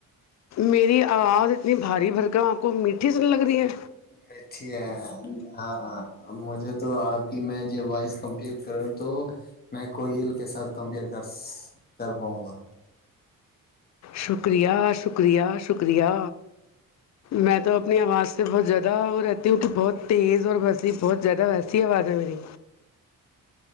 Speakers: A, on the left; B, on the left.
A: میری آواز اتنی بھاری بھرکم آپ کو میٹھی سن لگ رہی ہے
B: میٹھی ہے ہاں ہاں مجھے تو آپ کی میں ج وائز کمپیئر کروں تو میں کوئل کے ساتھ کمپیئر کر کر پاؤں گا
A: شکریہ شکریہ شکریہ میں تو اپنی آواز سے بہت زیادہ وہ رہتی ہوں تو بہت تیز اور وسی بہت زیادہ ویسی آواز ہے میری